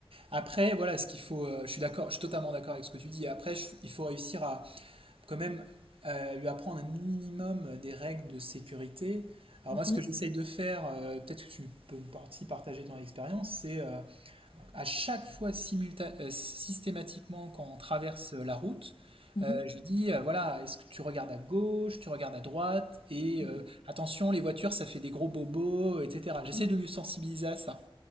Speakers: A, on the right (about 80°); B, on the left (about 65°).
A: Après, voilà, ce qu'il faut, euh, je suis d'accord, je suis totalement d'accord avec ce que tu dis. Après, je- il faut réussir à quand même euh, lui apprendre un minimum des règles de sécurité. Alors
B: Mhm.
A: moi, ce que j'essaye de faire, euh, peut-être que tu peux aussi partager ton expérience, c'est euh, à chaque fois simulta- euh, systématiquement quand on traverse euh, la route,
B: Mhm.
A: euh, je lui dis, euh, voilà, est-ce que tu regardes à gauche, tu regardes à droite, et
B: Mhm.
A: euh, attention, les voitures, ça fait des gros bobos, etc. J'essaie
B: Mhm.
A: de lui sensibiliser à ça.